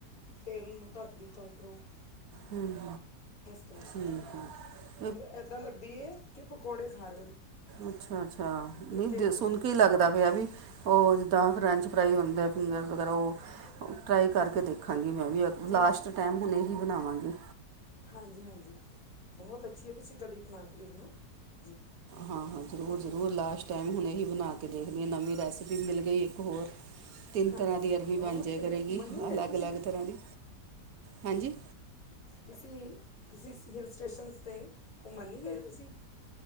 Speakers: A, on the left; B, on the right.
A: ਫੇਰ ਉਹਨੂੰ ਢੱਕ <unintelligible>
B: ਹੂੰ।
A: ਅਸਤਾਂ।
B: ਹੂੰ।
A: ਮਤਲਬ ਏਦਾਂ ਲੱਗਦੀਏ ਕਿ ਪਕੌੜੇ ਖਾ ਰਹੇ ਹੋ।
B: ਅੱਛਾ-ਅੱਛਾ
A: ਤੁਸੀਂ
B: ਨਈ
A: ਟੇਸਟ
B: ਸੁਣ ਕੇ ਹੀ ਲੱਗਦਾ ਪਿਆ ਵੀ ਉਹ ਜਿੱਦਾਂ ਫਰੈਂਚ ਫਰਾਈ ਹੁੰਦੇ ਆ ਫਿੰਗਰ ਵਗੈਰਾ ਉਹ ਟਰਾਈ ਕਰਕੇ ਦੇਖਾਂਗੀ ਮੈਂ ਵੀ
A: ਜੀ
B: ਲਾਸਟ
A: ਜੀ
B: ਟਾਇਮ ਹੁਣ ਇਹੀ ਬਨਾਵਾਂਗੀ।
A: ਹਾਂਜੀ- ਹਾਂਜੀ, ਬਹੁਤ ਅੱਛੀ ਹੈ। ਤੁਸੀਂ ਕਦੀ ਪਨਾ ਕੇ ਦੇਖਣਾ ਜੀ।
B: ਹਾਂ- ਹਾਂ ਜ਼ਰੂਰ-ਜ਼ਰੂਰ ਲਾਸਟ ਟਾਈਮ ਹੁਣ ਇਹੀ ਬਣਾ ਕੇ ਦੇਖਦੀ ਹਾਂ। ਨਵੀਂ ਰੈਸਪੀ ਮਿਲ ਗਈ ਇੱਕ ਹੋਰ। ਤਿੰਨ
A: ਹਾਂਜੀ
B: ਤਰ੍ਹਾਂ ਦੀ
A: ਹਾਂਜੀ
B: ਅਰਬੀ ਬਣ
A: ਔਰ
B: ਜਾਏ
A: ਕਿਧਰੇ
B: ਕਰੇਗੀ
A: ਘੁੰਮਣ ਨਹੀਂ ਗਏ
B: ਅਲੱਗ
A: ਤੁਸੀਂ
B: - ਅਲੱਗ ਤਰ੍ਹਾਂ ਦੀ ਹਾਂਜੀ।
A: ਤੁਸੀਂ ਕਿਸੇ ਹਿਲ ਸਟੇਸ਼ਨ 'ਤੇ ਘੁੰਮਣ ਨਹੀਂ ਗਏ ਤੁਸੀਂ।